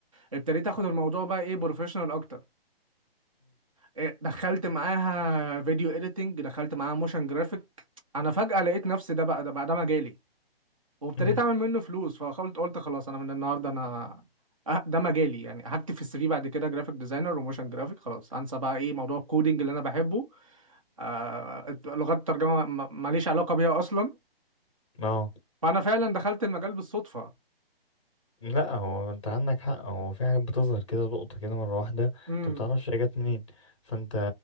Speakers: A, on the right; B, on the left.
A: ابتديت اخد الموضوع بقى ايه بروفيشنال اكتر إيه، دخلت معاها فيديو اديتنج دخلت معاها موشن جرافيك انا فجأة لقيت نفسي ده بقى ده بقى ده مجالي وابتديت
B: امم
A: اعمل منه فلوس فقلت قلت خلاص انا من النهارده انا أه، ده مجالي يعني هكتب في السي في بعد كده جرافيك ديزاينر وموشن جرافيك خلاص انسى بقى ايه موضوع الكودينج اللي انا بحبه آه لغات الترجمه ما- ماليش علاقه بيها اصلا
B: اه
A: فانا فعلا دخلت المجال بالصدفه
B: لا هو انت عندك حق هو في حاجات بتظهر كده لقطة كده مرة واحدة
A: إمم.
B: انت بتعرفش هي جت منين فانت